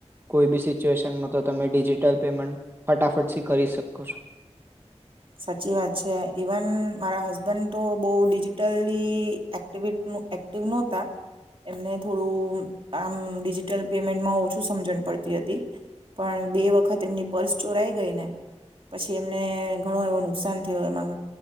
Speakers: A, on the right; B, on the right.
A: કોઈ બી સિચ્યુએશનમાં તો તમે ડી જિટલ. પેમેન્ટ ફટાફટથી કરી શકો છો.
B: સાચી વાત છે, ઈવન મારા હસબન્ડ તો બહુ ડિજિટલી એક્ટ એક્ટિવ નહોતા, એમને થોડું આમ ડિજિટલ પેમેન્ટમાં ઓછું સમજણ પડતી હતી, પણ બે વખત એમની પર્સ ચોરાઈ ગઈ ને, પછી એમને ઘણો એવો નુકસાન થયો, એમાં